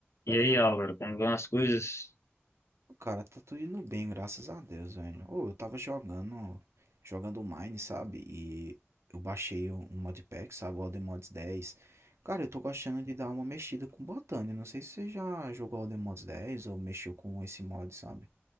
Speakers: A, on the left; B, on the right.
A: E aí, Álvaro, como vão as coisas?
B: Cara, tá tudo indo bem, graças a Deus, velho. Ô, eu tava jogando, jogando Mine, sabe? E eu baixei um um modpack, sabe? O Alden Mods 10. Cara, eu tô gostando de dar uma mexida com botânia. Não sei se você já jogou Alden Mods 10 ou mexeu com esse mod, sabe?